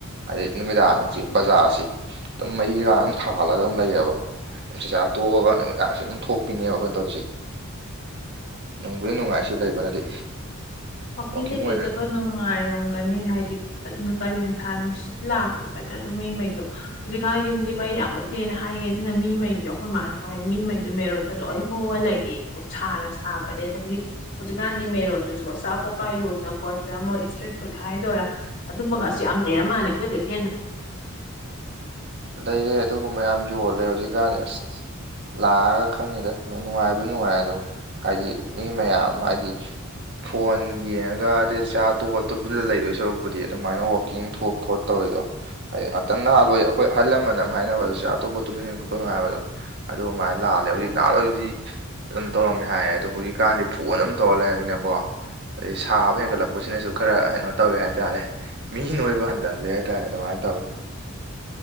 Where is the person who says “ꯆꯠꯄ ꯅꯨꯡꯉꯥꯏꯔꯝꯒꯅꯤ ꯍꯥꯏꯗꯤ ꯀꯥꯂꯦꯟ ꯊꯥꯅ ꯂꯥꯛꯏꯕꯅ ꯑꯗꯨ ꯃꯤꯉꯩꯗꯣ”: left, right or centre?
Left